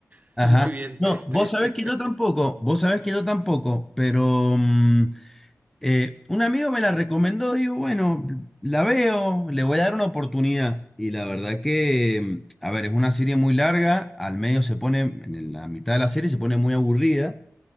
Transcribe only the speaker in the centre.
Ajá.
No, vos
sabés que yo tampoco, vos sabés que yo tampoco, pero mm, Eh, un amigo me la recomendó, digo, bueno, la veo, le voy a dar una oportunidad. Y la verdad que, mm, a ver, es una serie muy larga, al medio se pone, en la mitad de la serie se pone muy aburrida,